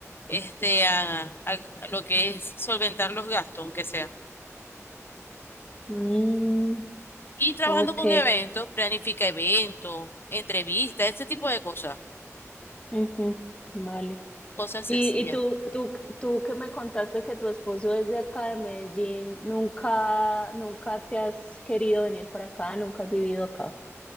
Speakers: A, on the left; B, on the left.
A: este, a, a lo que es solventar los gastos, aunque sea.
B: Mm,
A: Y trabajando
B: ok.
A: con eventos, planifica eventos, entrevistas, este tipo de cosas,
B: Ujú, vale.
A: cosas sencillas.
B: ¿Y, y tú, tú, tú que me contaste que tu esposo es de acá de Medellín, nunca, nunca te has querido venir para acá, nunca has vivido acá?